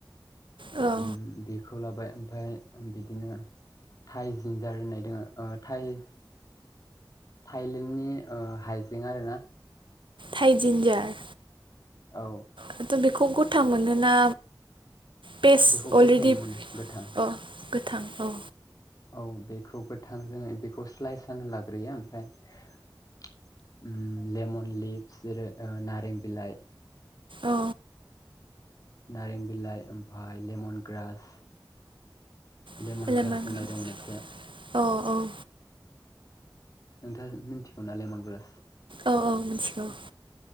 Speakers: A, on the right (about 80°); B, on the left (about 45°).
A: आरोना औ
B: उम बेखौ लाबाय ओमफ्राय बिदिनो थाइ जिनजार होननाय दोङो ओ थाइ थाइलेण्डनि ओ हाइजें आरोना
A: थाइजीन्जार
B: औ
A: दाथ' बेखौ गथा मोनोना पेस्
B: बेखौ गथायैनो
A: अलरेडि
B: मोनो गोथां
A: अ गोथां औ
B: औ बेखौ गोथां जों बेखौ स्लायस जानो लाग्रोयो ओमफ्राय लेमन लिभस जेरै नारें बिलाइ
A: औ
B: नारें बिलाइ ओमफाय लेमन ग्रास लेमन
A: <unintelligible>
B: ग्रास होननाय दं मोनसे
A: अ औ
B: नोंथाङा मिथिगौ ना लेमन ग्रास
A: औ औ मिथिगौ